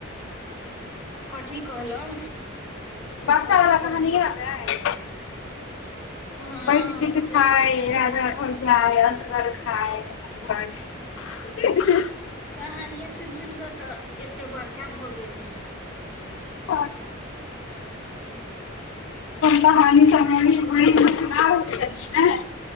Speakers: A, in the centre; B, on the left.
A: कथी कहलहुँ
B: बच्चावला
A: कथी कहलहुँ
B: कहानी याद अइ
A: हँ
B: बैट चिटी
A: बच्चावला
B: खाए या राजा घर जाइ असगर खाय त घर छै <unintelligible>
A: कहानिये सुनि सुनिकऽ तऽ एतेक बड़का भऽ गेलहु
B: <unintelligible> कहानी समहानी <unintelligible>